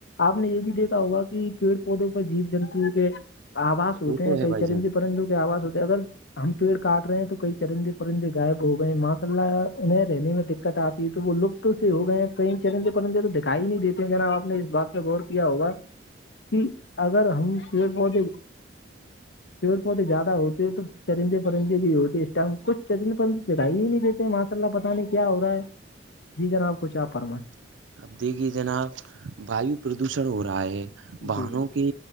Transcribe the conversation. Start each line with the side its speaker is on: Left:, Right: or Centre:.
Left: آپ نے یہ بھی دیکھا ہوگا پیڑ پودوں پر جیو جنتو کے آواز ہوتے
Right: وہ تو
Left: ہیں
Right: ہے
Left: کئی
Right: بھائی
Left: چرندی
Right: جان
Left: پرندوں کے آواز ہوتے ہیں اگر ہم پیڑ کاٹ رہے ہیں تو کئی چرندے پرندے غائب ہو گئے ہیں ماشا اللہ انہیں رہنے میں د کٹاتتی ہے تو وہ لپت سے ہو گئے ہیں کئی چرندے پرندے تو دکھائی نہیں دیتے ہیں جناب آپ نے اس بات پہ غور کیا ہوگا کہ اگر ہم پیڑ پودے پیڑ پودے زیادہ ہوتے تورندے پرندے بھی ہوتے ہیں اس ٹائم میں کچ چرندے پرندے دکھائی ہی نہیں دیتے ہیں ماں لہ پت نہیں کیا ہو رہا ہے جی جناب کچھ آ فرما
Right: اب دیکھیے جناب ویو پردوشن ہو رہا ہے باہنوں
Left: جی جناب
Right: کے